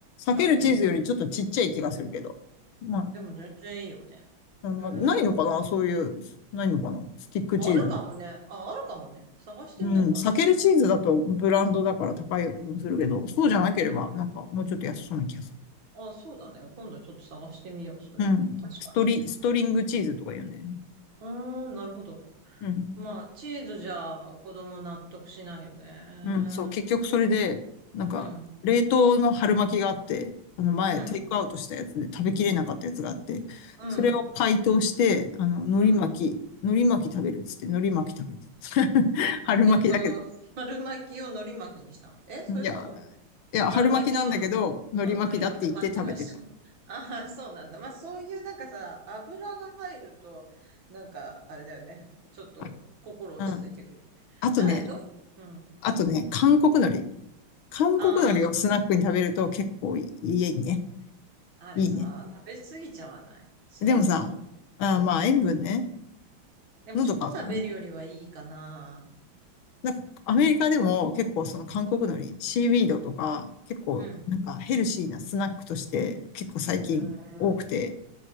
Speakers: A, on the left; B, on the right.
A: 裂けるチーズよりちょっとちっちゃい気がするけど。
B: 100円ぐらい。
A: ま
B: でも全然いいよね。
A: あ、うんまあ、
B: へえ
A: ないのかなそういう、ないのかなスティックチーズ。
B: あるかもね。あ、あるかもね。探してみようかな。
A: うん、避けるチーズだとブランドだから高いような気もするけど、
B: でも
A: そうじゃなければ、
B: うん。
A: なんかもうちょっと安そうな気がする。
B: あ、そうだね。今度ちょっと探してみよう、それ。
A: うん。
B: 確かに。
A: ストリ、ストリングチーズとか言うんだよね。
B: あーなるほど。
A: うん。
B: まあ、チーズじゃ子供納得しないよね。
A: うん、そう、結局それで、なんか、
B: うん、
A: 冷凍の春巻きがあって、あの前、
B: うん、
A: テイクアウトしたやつで食べきれなかったやつがあって、
B: うん、
A: それを解凍して、あの、海苔巻き、
B: うん。
A: 海苔巻き食べるっつって、海苔巻き食べて。<laughs> 春巻きだけ
B: えっと、春巻きを海苔巻きにしたの。え、それとも
A: ど。いや、いや、
B: 春巻きを、
A: 春巻きなんだけど、海苔巻きだって言って食べてた。
B: の海苔巻きと勘違いした。<laughs> ああ、そうなんだ。まあ、そういうなんかさ、油が入ると、なんか、あれだよね。ちょっと、
A: あ
B: 心落ち着いてくるよね。
A: うん。あとね、
B: なんかね、ど、うん。
A: あとね、韓国海苔。韓国海苔をスナックに食べると結構いいね。
B: ああ、あれさ、
A: いいね。
B: 食べ過ぎちゃわない。
A: でもさ、
B: 塩分、す
A: あーまあ塩分ね、
B: ごい。うん。でも、
A: 喉乾くね。
B: チョコ食べるよりはいいかな。
A: なんかアメリカでも結構その韓国海苔、
B: うん。う
A: シーウィードとか結構なんかヘルシーなスナックとして結構最近多くて
B: ん。うん。